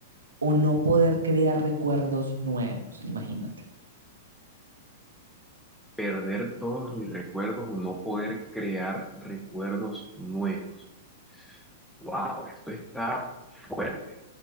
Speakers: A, on the right; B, in the centre.
A: o no poder crear recuerdos nuevos? Imagínate.
B: Perder todos mis recuerdos o no poder crear recuerdos nuevos. Wow, esto está fuerte